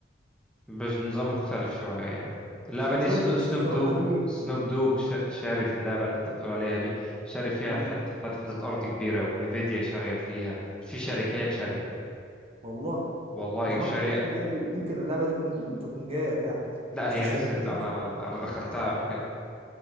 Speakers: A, in the centre; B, on the right (about 35°).
A: بس بنظام مختلف شوية يعني اللعبة
B: انا
A: دي
B: روبلوكس
A: سنو سنوب
B: الصراحه
A: دوج
B: دي
A: سنوب دوج شا- شاري في اللعبة اللي أنت بتقول عليها دي شاري فيها
B: مم.
A: حتة حتة حت... حتة أرض كبيرة ونفيديا شارية فيها في شركات شارية
B: والله
A: والله
B: ده معنى
A: شركة
B: كده ان هي ممكن اللعبه دي تكون تكون جايه فعلا
A: لا
B: اصل
A: هي
B: الشركات
A: نزلت
B: دي
A: انا انا دخلتها قبل كده